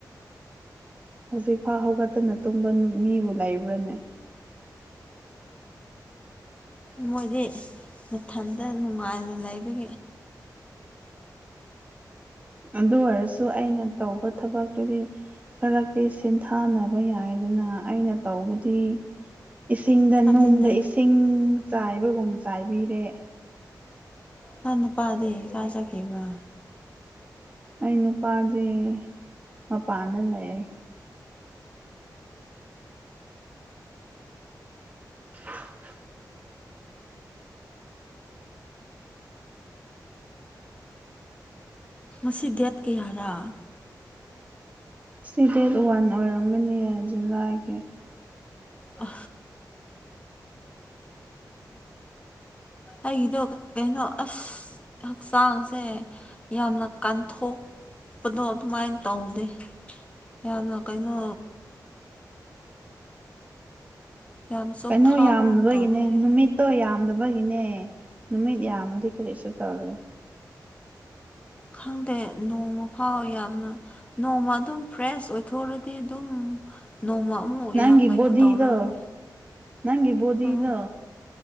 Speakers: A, on the right; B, on the left.
A: ꯍꯧꯖꯤꯛ ꯐꯥꯎ ꯍꯧꯒꯠꯇꯅ ꯇꯨꯝꯕ ꯃꯤꯕꯨ ꯂꯩꯕ꯭ꯔꯥꯅꯦ
B: ꯃꯣꯏꯗꯤ ꯃꯊꯟꯇ ꯅꯨꯡꯉꯥꯏꯅ ꯂꯩꯕꯒꯤ
A: ꯑꯗꯨ ꯑꯣꯏꯔꯁꯨ ꯑꯩꯅ ꯇꯧꯕ ꯊꯕꯛꯇꯨꯗꯤ ꯐꯔꯛꯇꯤ ꯁꯤꯟꯊꯥꯅꯕ ꯌꯥꯏꯗꯅ ꯑꯩꯅ ꯇꯧꯕꯗꯤ ꯏꯁꯤꯡꯗ
B: ꯑꯗꯨꯅꯦ
A: ꯅꯨꯡꯗ ꯏꯁꯤꯡ ꯆꯥꯏꯕꯒꯨꯝ ꯆꯥꯏꯕꯤꯔꯦ
B: ꯅꯥꯟ ꯅꯨꯄꯥꯗꯦ ꯆꯥ ꯆꯈꯤꯕ꯭ꯔꯥ
A: ꯑꯩ ꯅꯨꯄꯥꯁꯦ ꯃꯄꯥꯟꯗ ꯂꯩ <inaudible>
B: ꯃꯁꯤ ꯗꯦꯠ ꯀꯌꯥꯔꯥ
A: ꯁꯤ ꯗꯦꯠ ꯋꯥꯟ ꯑꯣꯏꯔꯝꯒꯅꯤꯌꯦ ꯖꯨꯂꯥꯏꯒꯤ
B: ꯑ ꯑꯩꯗꯣ ꯀꯩꯅꯩꯅꯣ ꯑꯁ ꯍꯛꯆꯥꯡꯁꯦ ꯌꯥꯝꯅ ꯀꯥꯟꯊꯣꯛ ꯄꯗꯣ ꯑꯗꯨꯃꯥꯏꯅ ꯇꯧꯗꯦ ꯌꯥꯝꯅ ꯀꯩꯅꯣ ꯌꯥꯝ ꯆꯣꯛꯊꯥꯕꯒꯨꯝ
A: ꯀꯩꯅꯣ ꯌꯥꯝꯗꯕꯒꯤꯅꯦ
B: ꯇꯧꯋꯦ
A: ꯅꯨꯃꯤꯠꯇꯣ ꯌꯥꯝꯗꯕꯒꯤꯅꯦ ꯑꯦ ꯅꯨꯃꯤꯠ ꯌꯥꯝꯃꯗꯤ ꯀꯔꯤꯁꯨ ꯇꯧꯔꯦ
B: ꯈꯪ ꯗ ꯅꯣꯡꯃ ꯐꯥꯎ ꯌꯥꯝꯅ ꯅꯣꯡꯃ ꯑꯗꯨꯝ ꯐ꯭ꯔꯦꯁ ꯑꯣꯏꯊꯣꯛꯣꯔꯗꯤ ꯑꯗꯨꯝ ꯅꯣꯡꯃ ꯑꯃꯨꯛ
A: ꯅꯪꯒꯤꯕꯨꯣꯗꯤꯗꯣ
B: ꯌꯥꯝ ꯀꯩꯅꯣ ꯇꯧꯔꯛꯑꯅꯤ
A: ꯅꯪꯒꯤꯕꯨꯣꯗꯤꯗꯣ
B: ꯑꯥ